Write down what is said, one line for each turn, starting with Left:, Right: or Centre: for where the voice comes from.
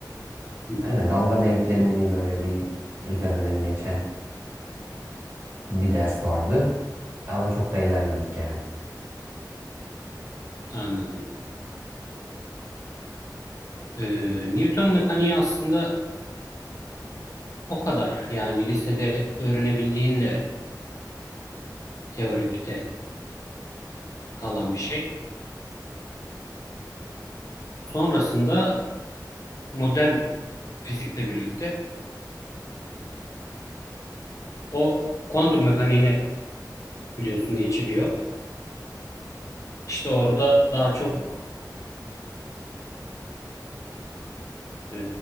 Left: hı hı.
Right: Aynen dalga denklemini böyle bir üzerinden geçen bir ders vardı. Ama çok da ilerlemedik yani.
Left: Anladım. Ee, Newton mekaniği aslında o kadar. Yani lisede öğrenebildiğinle teorikte kalan bir şey. Sonrasında modern fizikle birlikte o kuantum mekaniğine biliyorsun geçiriyor. İşte orada daha çok e,